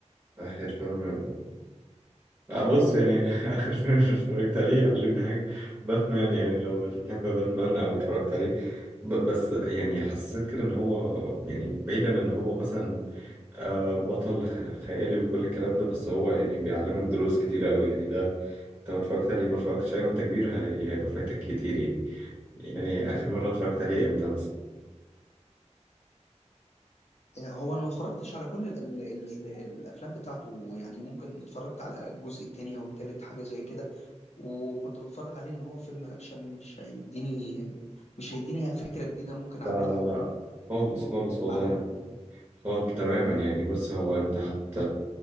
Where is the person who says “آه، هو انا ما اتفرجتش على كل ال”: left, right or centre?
Left